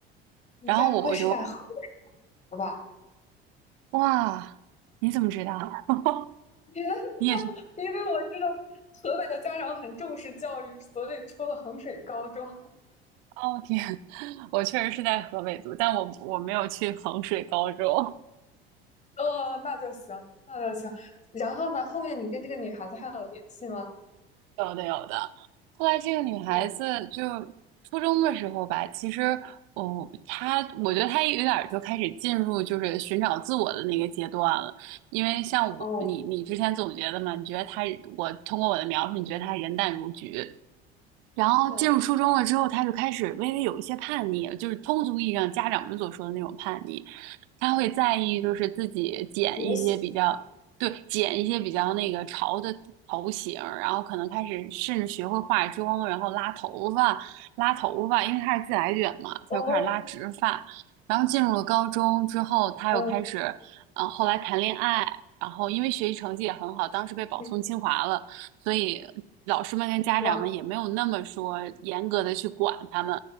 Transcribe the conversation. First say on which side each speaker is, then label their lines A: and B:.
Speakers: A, on the left; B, on the right.
A: 你该不会是在河
B: 然后我我就
A: 吧？
B: 哇，你怎么知道？<laughs>
A: <laughs> 天呐，<laughs>
B: 你也是。
A: 因为我知道河北的家长很重视教育，所以出了衡水高中。
B: 哦天，<laughs> 我确实是在河北读，但我我没有去衡水高中。
A: 呃，那就行，那就行。然后呢，后面你跟这个女孩子还有联系吗？
B: 有的有的。后来这个女孩子就
A: 哦
B: 初中的时候吧，其实哦，她我觉得她有点儿就开始进入就是寻找自我的那个阶段了。因为像我，
A: 哦，
B: 你你之前总结的嘛，你觉得她我通过我的描述，你觉得她人淡如菊，然后进入初中了之后，
A: 对，
B: 他就开始微微有一些叛逆，就是通俗意义上家长们所说的那种叛逆。他会在意，就是自己剪一些比较，
A: 学习
B: 对，剪一些比较那个潮的头型然后可能开始甚至学会化妆，然后拉头发，拉头发，因为他是自来卷嘛，
A: 哦，
B: 他就开始拉直发。然后进入了高中之后，他又开始，
A: 嗯
B: 嗯、后来谈恋爱，然后因为学习成绩也很好，当时被保送清华了。
A: 嗯，
B: 所以老师们跟家长们也没有那么说严格的去管他们，
A: 哇，